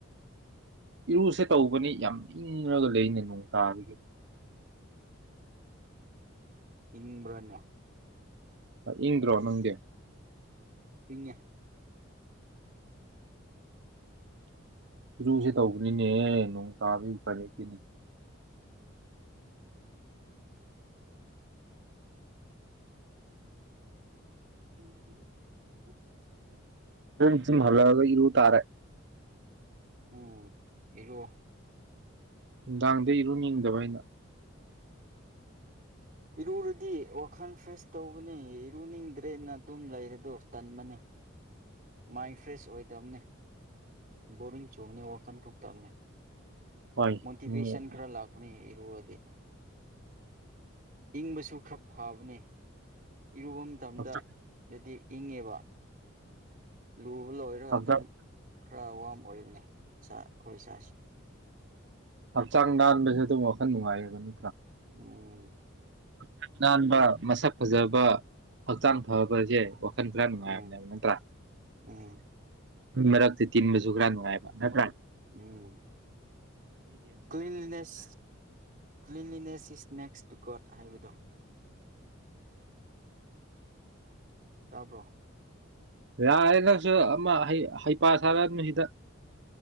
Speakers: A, on the right; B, on the right.
A: ꯏꯔꯨꯁꯦ ꯇꯧꯕꯅꯤ ꯌꯥꯝ ꯏꯪꯉꯒ ꯂꯩꯅꯦ ꯅꯣꯡ ꯇꯥꯕꯒꯤ
B: ꯏꯪꯕ꯭ꯔꯅꯦ
A: ꯏꯪꯗ꯭ꯔꯣ ꯅꯪꯗꯤ
B: ꯏꯪꯉꯦ
A: ꯏꯔꯨꯁꯦ ꯇꯧꯕꯅꯤꯅꯦꯍ ꯅꯣꯡ ꯇꯥꯕꯒꯤ ꯎꯄꯥꯏ ꯂꯩꯇꯦ
B: ꯎꯝ ꯎꯝ
A: ꯑꯗꯨ ꯍꯜꯂꯛꯑꯒ ꯏꯔꯨ ꯇꯥꯔꯦ
B: ꯎꯝ ꯏꯔꯣ
A: ꯅꯨꯡꯗꯥꯡꯗ ꯏꯔꯨꯅꯤꯡꯗꯕ ꯑꯩꯅ
B: ꯏꯔꯨꯔꯗꯤ ꯋꯥꯈꯜ ꯐ꯭ꯔꯦꯁ ꯇꯧꯕꯅꯤ ꯏꯔꯨꯅꯤꯡꯗ꯭ꯔꯦꯅ ꯑꯗꯨꯝ ꯂꯩꯔꯗꯣ ꯇꯟꯕꯅꯤ ꯃꯥꯏꯟ ꯐ꯭ꯔꯦꯁ ꯑꯣꯏꯗꯕꯅꯤ ꯕꯣꯔꯤꯡ ꯆꯨꯅꯤ ꯋꯥꯈꯜ ꯊꯣꯛꯇꯕꯅꯤ
A: ꯍꯣꯏ
B: ꯃꯣꯇꯤꯚꯦꯁꯟ
A: ꯑꯃꯨꯛ
B: ꯈꯔ ꯂꯥꯛꯄꯅꯦ ꯂꯨꯔꯗꯤ ꯏꯪꯕꯁꯨ ꯈꯔ ꯐꯕꯅꯤ ꯏꯔꯨꯕ ꯃꯇꯝꯗ
A: ꯍꯛꯆꯥꯡ
B: ꯔꯦꯗꯤ ꯏꯪꯉꯦꯕ ꯂꯨꯕ ꯂꯣꯏꯔꯒ
A: ꯍꯛꯆꯥꯡ
B: ꯑꯗꯨꯝ ꯈꯔ ꯋꯥꯝ ꯑꯣꯏꯕꯅꯤ ꯏꯆꯥ ꯑꯈꯣꯏ ꯏꯥꯁꯥꯁꯦ
A: ꯍꯛꯆꯥꯡ ꯅꯥꯟꯕꯁꯦ ꯑꯗꯨꯝ ꯋꯥꯈꯟ ꯅꯨꯡꯉꯥꯏꯔꯥꯕꯅꯦ
B: ꯎꯝ
A: ꯃꯁꯥ ꯅꯟꯕ ꯃꯁꯛ ꯐꯖꯕ ꯍꯛꯆꯥꯡ ꯐꯕꯁꯦ ꯋꯥ ꯋꯥꯈꯟ ꯈ꯭ꯔ ꯅꯨꯡꯉꯥꯏꯕꯅꯦ
B: ꯎꯝ
A: ꯅꯠꯇ꯭ꯔꯥ?
B: ꯎꯝ
A: ꯃꯤ ꯃꯔꯛ ꯇꯩ ꯇꯤꯟꯕꯁꯨ ꯈꯔ ꯅꯨꯡꯉꯥꯏꯕ ꯅꯠꯇ꯭ꯔ?
B: ꯎꯝ cleanliness cleanliness is next to God ꯍꯥꯏꯕꯗꯣ ꯇꯥꯕ꯭ꯔꯣ?
A: ꯌꯥꯔꯦ ꯅꯪꯁꯨ ꯑꯃ ꯍꯩ ꯍꯩꯄꯥ ꯁꯥꯔꯛꯑꯅꯨꯁꯤꯗ